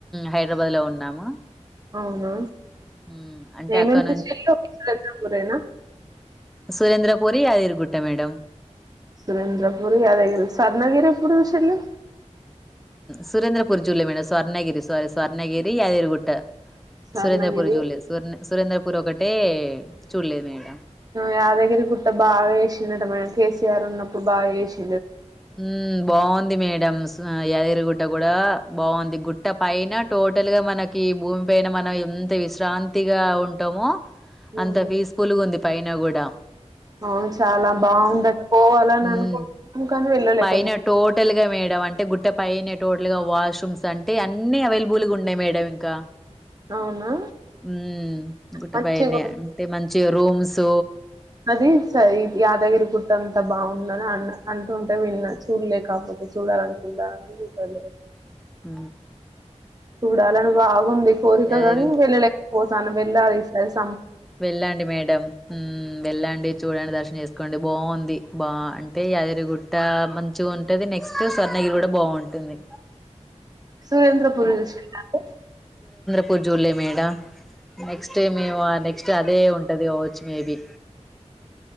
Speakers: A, in the centre; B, on the right.
A: హైదరాబాద్ లో ఉన్నాము
B: అవునా
A: ఉమ్ అంటే
B: ఏేమేం
A: అక్కడ
B: చెరేనా
A: సురేంద్ర పూరి ారురుగుట్ట మేడ
B: సురేంద్రపూర్ యాదగిరి సర్ణగిరి ఎప్పుడు విషలు
A: సుేంద్రపుూరి జిలే మేడం స్వర్ణగిరి సీ స్వర్ణగిరి యాదేరుగుట్ట
B: స్వర్ణగిరి
A: సురేంద్రపూర్ జూలే సుర సురేంద్రపూర్ ఒకటే చూలేే మేడం
B: యాదాగిరి గుట్ట బాగా వసిందడు మే కేసీఆర్ ఉన్నప్పుడు బాగా చేసి
A: ఉ బాగుంది మేడం ఎదిరిగుట్ట కూడా బాగుంది గుట్ట పైన టోటల్గా మనకి భూమి పైన మనం ఎంత విశ్రాంతిగా ఉంటామో
B: హ్మ్
A: అంత ఫీజ పులుగు ఉంది పైన కూడాడ
B: అవును చాలా బాగుంద పోవాలని
A: ఉమ్
B: అనుకుంటున్నాం కానీ వెళ్ళలేకపో
A: పైన టోటల్ గా వేడం అంటే గుట్ట పైన టోట అట్ వాష్రూమ్స్ అంటే అన్ని అవైలబుల్ గా ఉన్నాయి మేడ ఇంకా
B: అవునా
A: ఉమ్ గుట్టపైనే
B: మంచిగా
A: అంటే మంచిగా రూమ్స్
B: అది స యాదగిరి గుట్ట అంత బాగుందని అన్న అంటూ ఉంటే విన్నా చూడలే కాపోతే చూడాల అనుకుంటని చూడాల
A: హ
B: డాలన్ బావ్ ఉంది కోరిక
A: అదేరు
B: గాని వెళ్ళలే ఒసన్ విల్లా రిసార్ట్స్
A: వెళ్ళండి మేడం మ్మ్ వెళ్ళండి చూడండి దర్శనం చేసుకోండి బాంది బా అంటే యాదగిరిగుట్ట మంచిగా ఉంటుంది నెక్స్ట్ స్వర్ణగిరి కూడా బాగుంటుంది
B: సురేంద్రపురి చూసిండ్రా అండి
A: పుర్జులే మేడ నెక్స్ట్ డే మేమ నెక్ క్స్ట్ అదే ఉంటది ఓచ్ మేబీ